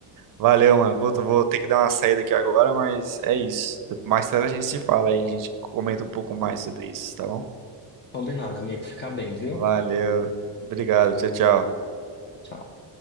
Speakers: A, on the right; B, on the left.
A: Valeu, mano. Vou, vou ter que dar uma saída aqui agora, mas é isso. Mais tarde a gente se fala aí, a gente comenta um pouco mais sobre isso, tá bom?
B: Combinado, amigo, fica bem, viu?
A: Valeu. Obrigado. Tchau, tchau.
B: Tchau.